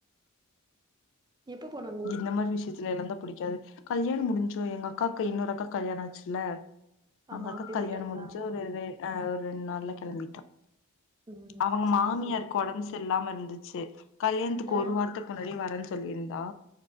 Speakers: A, on the right; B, on the left.
A: எப்போ போனாங்
B: இது இந்த மாரி விஷயத்துல எல்லந்தா புடிக்காது கல்யாணம் முடிஞ்சோ எங்க அக்காக்கு இன்னொரு அக்காக்கு கல்யாணோ ஆச்சுல்ல
A: ஆமா
B: அங்க அக்காக்
A: அப்பயே
B: கல்யாண
A: போயிட்டாங்களா
B: முடிஞ்சு ஒரு ரெ ஆ ஒரு ரெண்டு நாள்ல கெளம்பிட்டா
A: ம்
B: அவங்க
A: சேரி
B: மாமியார்
A: சேரி
B: கொடம்பு சரில்லாம இருந்துச்சு கல்யாணத்துக்கு
A: அ
B: ஒரு வாரத்துக்கு முன்னாடி வரேன்னு சொல்லிருந்தா